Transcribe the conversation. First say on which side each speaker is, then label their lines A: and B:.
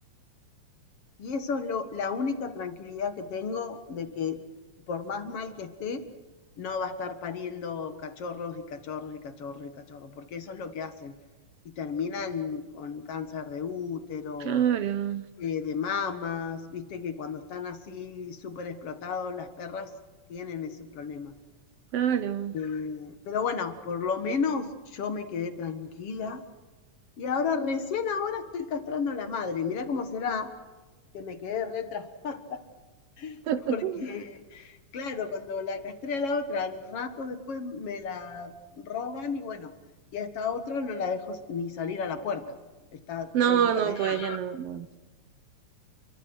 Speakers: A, on the left; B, on the right.
A: Y eso es lo, la única tranquilidad que tengo de que por más mal que esté, no va a estar pariendo cachorros y cachorros y cachorros y cachorros, porque eso es lo que hacen. Y terminan con cáncer de útero,
B: Claro,
A: eh, de mamas, viste que cuando están así súper explotados las perras tienen ese problema.
B: claro.
A: Eh, pero bueno, por lo menos yo me quedé tranquila y ahora recién ahora estoy castrando a la madre. Mirá cómo será que me quedé re traumada <laughs>
B: <laughs>
A: porque, claro, cuando la castré a la otra, al rato después me la roban y bueno, y a esta otra no la dejo ni salir a la puerta. Está
B: No,
A: todo el día
B: no,
A: adentro.
B: pues ya no. no.